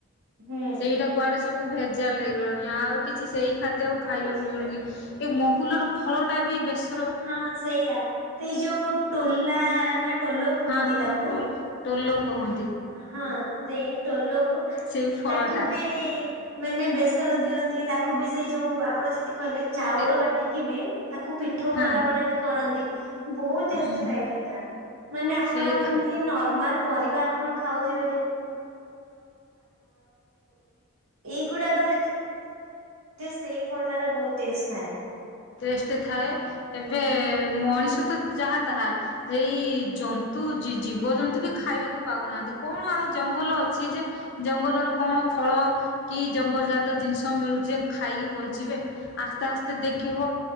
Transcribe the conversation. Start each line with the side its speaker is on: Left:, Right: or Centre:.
Right: ହୁଁ
Left: ସେଇଟା କୁଆଡେ ସବୁ ଭେଜାଲ ହେଇଗଲାଣି। ଆଉ କିଛି ସେଇ ଖାଦ୍ୟ ଆଉ ଖାଇବାକୁ
Right: କିଛି
Left: ମିଳୁନି।
Right: ନାହିଁ।
Left: ଏ ମହୁଲର ଫଳଟା ବି ବସି
Right: ହଁ ସେଇୟଆ ସେଇ ଯୋଉ ଟୋଲା ନା ଟୋଲ କୁହନ୍ତି
Left: ହଁ ହଁ
Right: ତାକୁ।
Left: ହଁ ଟୁଲ। ତଲୋ କୁହନ
Right: ହଁ ସେଇ ଟୋଲକୁ
Left: ସେଇ ଫଳଟା
Right: ତାକୁ ବି ମାନେ ବେସର ଦିଅନ୍ତି। ତା କୁ ବି ସେଇ ଯୋଉ ଆପଣ ଯେମିତି କହିଲେ ଚାଉଳ
Left: ଏ
Right: ବାଟିକି ବି ତାକୁ ପି ଠୋଉ
Left: ହଁ
Right: କଲା ଭଳିଆ ବି କର କନ୍ତି। ବହୁତ
Left: ହୁଁ
Right: ଟେଷ୍ଟ ଥାଏ ସେଇଟା ମାନେ ଆପଣ
Left: ସେଇ ଖା
Right: ଏମିତି ନର୍ମାଲ ପରିବା ପଙ୍କ କୋବି ଏୁାକ ସେଇ ଫ ଥା
Left: ଟେଷ୍ଟ ଥାଏ ଏବେ ମଣିଷ ତ ଯାହା ତାହା ସେଇ
Right: ହୁଁ।
Left: ଯନ୍ତୁ ଜୀ ଜୀବଜନ୍ତୁ ବି ଖାଇବାକୁ ପାଉନାହାନ୍ତି। କଣ ଆଉ ଜଙ୍ଗଲ ଅଛି। ଯେ ଜଙ୍ଗଲର କଣ ଫଳ କି ଜଙ୍ଗଲ ଜାତ ଜିନିଷ ମିଳୁଛି ଖାଇକି ବଞ୍ଚିବେ। ଆସ୍ତେ ଆସ୍ତେ ଦେଖି ଥିବ